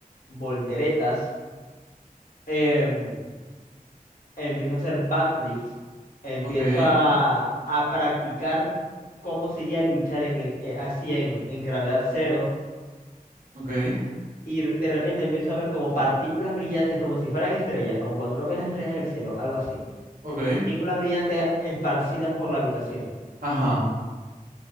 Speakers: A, on the left; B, on the right.
A: volteretas, em, empiezo a hacer backflips, empiezo
B: ok,
A: a, a practicar cómo sería luchar en el, eh, así en, en gravedad cero
B: ok,
A: y r- de repente empiezo a ver como partículas brillantes, como si fueran estrellas, como cuando uno ve las estrellas en el cielo, algo así.
B: ok.
A: Partículas brillantes esparcidas por la habitación.
B: Ajá.